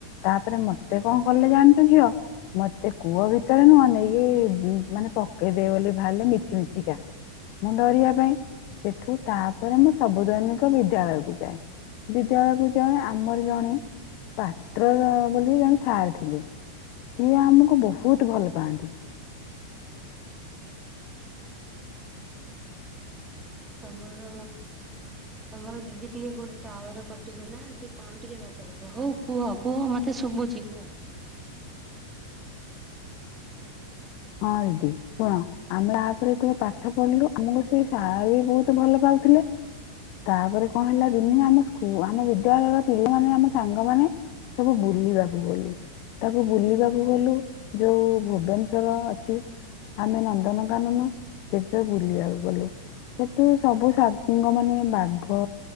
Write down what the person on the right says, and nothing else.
ତମର ତମର ଦିଦି ଟିକେ କୋଉଠି ଟାୱାର କଟିଗଲା ସେ ପାଣି ଟିକେ ନକବ ହଉ କୁହ କୁହ ମତେ ଶୁଭୁଛି କୁହ।